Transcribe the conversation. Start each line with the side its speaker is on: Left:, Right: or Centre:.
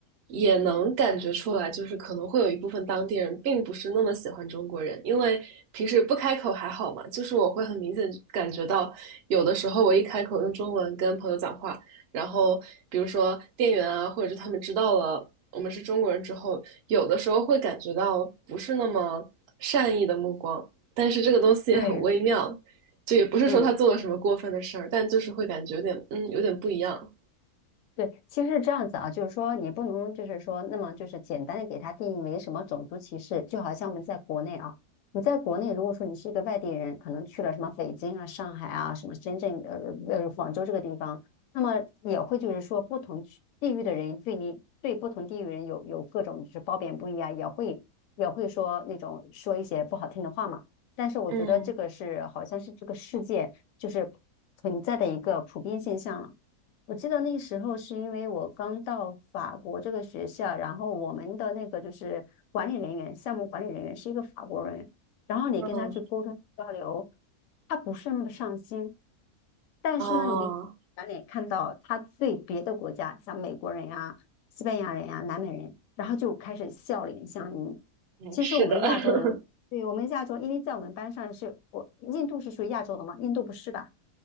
Right: 也能感觉出来，就是可能会有一部分当地人并不是那么喜欢中国人，因为平时不开口还好嘛，就是我会很明显感觉到，有的时候我一开口用中文跟朋友讲话，然后比如说店员啊，或者是他们知道了我们是中国人之后，有的时候会感觉到不是那么善意的目光。但是这个东西也很微妙，
Left: 对，
Right: 就也不是说他做了什么过分的事儿，
Left: 嗯，
Right: 但就是会感觉有点，嗯，有点不一样。
Left: 对，其实是这样子啊，就是说你不能就是说那么就是简单的给它定义为什么种族歧视，就好像我们在国内啊，你在国内如果说你是一个外地人，可能去了什么北京啊、上海啊、什么深圳、呃呃广州这个地方，那么也会就是说不同区地域的人对你对不同地域人有有各种就是褒贬不一啊，也会也会说那种说一些不好听的话嘛。但是我觉得这个是好像是这个世界就是
Right: 嗯
Left: 存在的一个普遍现象了。我记得那时候是因为我刚到法国这个学校，然后我们的那个就是管理人员，项目管理人员是一个法国人，然后你跟他去沟通交流，
Right: 嗯，
Left: 他不是那么的上心，但是呢，
Right: 哦，
Left: 你转脸看到他对别的国家，像美国人呀、西班牙人呀、南美人，然后就开始笑脸相迎。
Right: 嗯，
Left: 其实我们亚洲人，
Right: 是的，<laughs>
Left: 对我们亚洲，因为在我们班上是我印度是属于亚洲的嘛，印度不是吧？